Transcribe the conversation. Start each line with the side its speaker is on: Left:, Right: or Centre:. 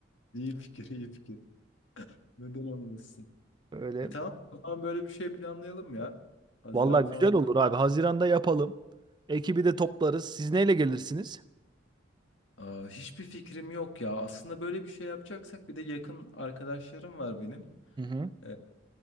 Left: İyi fikir, iyi fikir. Neden olmasın?
Right: Öyle.
Left: E tamam, o zaman böyle bir şey planlayalım ya. Haziran
Right: Vallahi
Left: falan.
Right: güzel olur abi. Haziran'da yapalım. Ekibi de toplarız. Siz neyle gelirsiniz?
Left: Aa, hiçbir fikrim yok ya. Aslında böyle bir şey yapacaksak bir de yakın arkadaşlarım var benim.
Right: Hı hı.
Left: E,